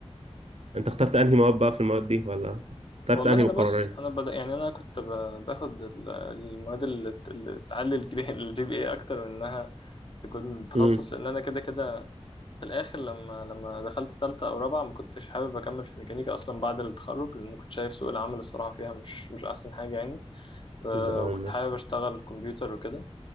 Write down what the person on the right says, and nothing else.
انت اخترت انهي مواد بقى في المواد دي ولا اخترت
انهي
مقررين؟
امم
ده اه
ماشي